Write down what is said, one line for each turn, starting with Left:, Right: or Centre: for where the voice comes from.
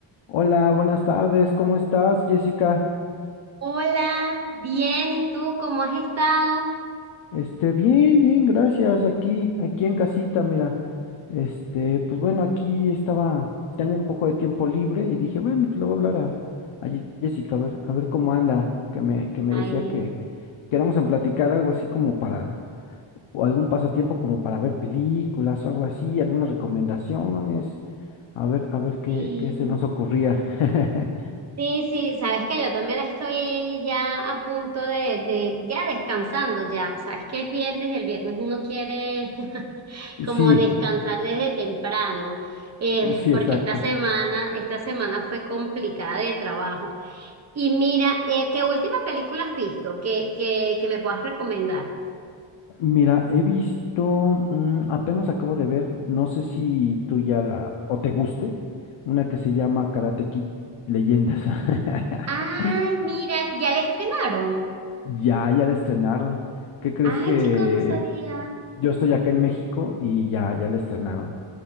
Left: Hola, buenas tardes, ¿cómo estás, Jessica?
Right: Hola, bien, ¿y tú cómo has estado?
Left: Este, bien, bien, gracias, aquí, aquí en casita, mira. Este, pues bueno, aquí estaba, tengo un poco de tiempo libre y dije, bueno, pues le voy a hablar a, a Ye- Jessica, a ver, a ver cómo anda, que me, que me
Right: Ay,
Left: decía que quedamos en platicar algo así como para, o algún pasatiempo como para ver películas o algo así, algunas recomendaciones, a ver, a ver qué,
Right: sí,
Left: qué se nos ocurría. <laughs>
Right: sí, sí, sabes que yo también estoy ya a punto de, de, ya descansando ya, sabes que es viernes y el viernes uno quiere <laughs> como
Left: Sí,
Right: descansar desde temprano, eh,
Left: sí,
Right: porque
Left: exacto.
Right: esta semana, esta semana fue complicada de trabajo. Y mira, eh, ¿qué última película has visto que, que, que me puedas recomendar?
Left: Mira, he visto, mm, apenas acabo de ver, no sé si tú ya la, o te guste, una que se llama Karate Kid Leyendas. <laughs>
Right: Ay, mira, ya la estrenaron.
Left: Ya, ya la estrenaron. ¿Qué crees
Right: Ay,
Left: que
Right: chicos, no sabía.
Left: yo estoy acá en México y ya, ya la estrenaron?